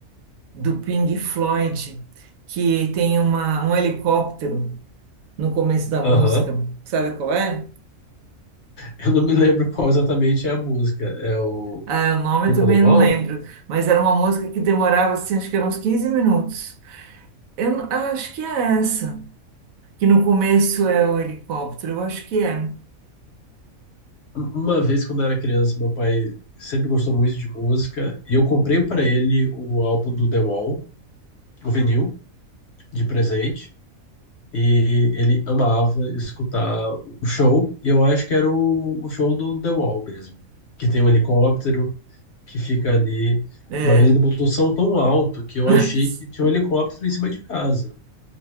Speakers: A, on the right; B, on the left.
A: do Pink Floyd que tem uma, um helicóptero no começo da música.
B: Aham.
A: Sabe qual é?
B: Eu não me lembro qual exatamente é a música. É o
A: Ah, o nome
B: Brick
A: eu também
B: on the Wall?
A: não lembro, mas era uma música que demorava assim, acho que eram uns 15 minutos. Eu não- acho que é essa, que no começo é o helicóptero, eu acho que é.
B: Uma vez, quando eu era criança, meu pai sempre gostou muito de música e eu comprei para ele o álbum do The Wall, o vinil, de presente. E ele amava escutar o show, e eu acho que era o, o show do The Wall mesmo, que tem um helicóptero que fica ali.
A: É.
B: Uma vez ele botou o som tão alto que eu
A: <laughs>
B: achei que tinha um helicóptero em cima de casa.